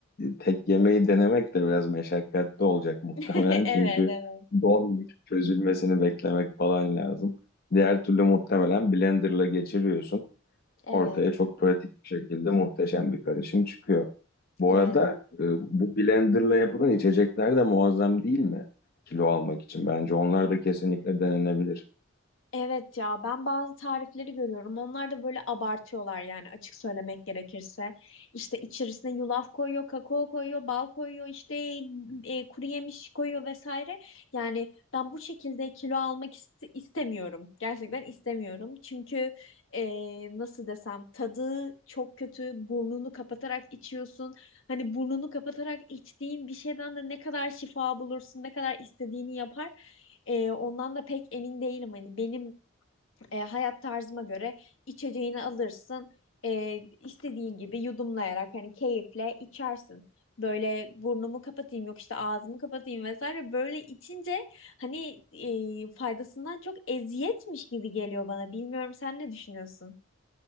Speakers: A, on the left; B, on the left.
A: tek yemeği denemek de biraz meşakkatli olacak muhtemelen.
B: <laughs> Evet,
A: <laughs> Çünkü
B: evet.
A: don çözülmesini beklemek falan lazım. Diğer türlü muhtemelen blenderla geçiriyorsun.
B: Evet,
A: Ortaya çok pratik bir şekilde muhteşem bir karışım çıkıyor. Bu
B: evet.
A: arada e, bu blenderla yapılan içecekler de muazzam değil mi? Kilo almak için. Bence onlar da kesinlikle denenebilir.
B: Evet ya ben bazı tarifleri görüyorum. Onlar da böyle abartıyorlar yani açık söylemek gerekirse. İşte içerisine yulaf koyuyor, kakao koyuyor, bal koyuyor, işte e, kuru yemiş koyuyor vesaire. Yani ben bu şekilde kilo almak ist- istemiyorum. Gerçekten istemiyorum. Çünkü e, nasıl desem tadı çok kötü. Burnunu kapatarak içiyorsun. Hani burnunu kapatarak içtiğin bir şeyden de ne kadar şifa bulursun, ne kadar istediğini yapar. Ee, ondan da pek emin değilim. Hani benim e, hayat tarzıma göre içeceğini alırsın. E, istediğin gibi yudumlayarak hani keyifle içersin. Böyle burnumu kapatayım yok işte ağzımı kapatayım vesaire. Böyle içince hani e, faydasından çok eziyetmiş gibi geliyor bana. Bilmiyorum sen ne düşünüyorsun?